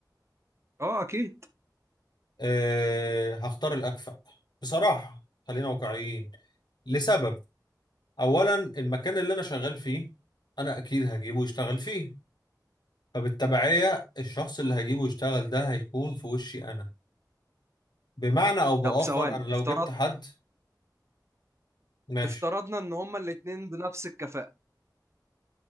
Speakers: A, on the right (about 40°); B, on the left (about 70°).
A: اه اكيد
B: أه هختار الأكفأ بصراحة خلينا واقعيين لسبب أولا المكان اللي أنا شغال فيه أنا أكيد هجيبه يشتغل فيه فبالتبعية الشخص اللي هجيبه يشتغل ده هيكون في وشي أنا بمعنى أو بآخر
A: طب ثواني
B: أنا لو
A: افترض
B: جبت حد ماشي
A: افترضنا ان هما الاتنين بنفس الكفاءة